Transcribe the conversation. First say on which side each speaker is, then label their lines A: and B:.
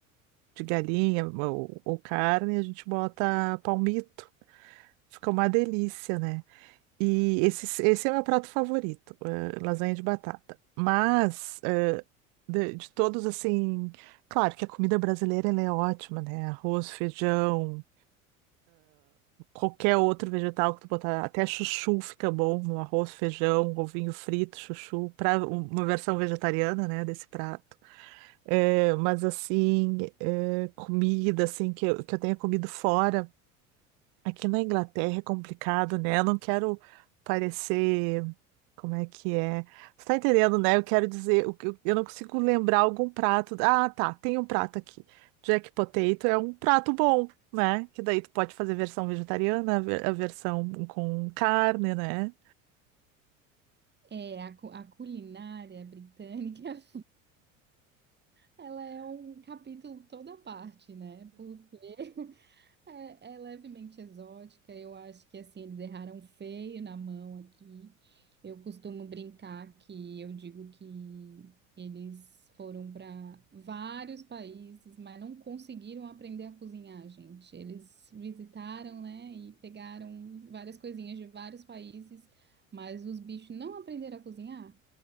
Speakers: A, on the right; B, on the right.
A: de galinha ou, ou carne, a gente bota palmito. Fica uma delícia, né? E esse, esse é o meu prato favorito, eh, lasanha de batata. Mas, eh, de, de todos, assim, claro que a comida brasileira ela é ótima, né? Arroz, feijão, qualquer outro vegetal que tu botar, até chuchu fica bom no arroz, feijão, um ovinho frito, chuchu, para uma versão vegetariana, né, desse prato. Eh, mas, assim, eh, comida, assim, que eu, que eu tenha comido fora, aqui na Inglaterra é complicado, né? Eu não quero parecer. Como é que é? Você tá entendendo, né? Eu quero dizer, o que eu eu não consigo lembrar algum prato. Ah, tá, tem um prato aqui. Jack Potato é um prato bom, né? Que daí tu pode fazer versão vegetariana, a ver- a versão com carne, né?
B: É, a, cu- a culinária britânica <laughs> Ela é um capítulo toda à parte, né? Porque <laughs> é, é levemente exótica. Eu acho que assim eles erraram feio na mão aqui. Eu costumo brincar que eu digo que eles foram para vários países, mas não conseguiram aprender a cozinhar, gente. Eles visitaram, né, e pegaram várias coisinhas de vários países, mas os bichos não aprenderam a cozinhar.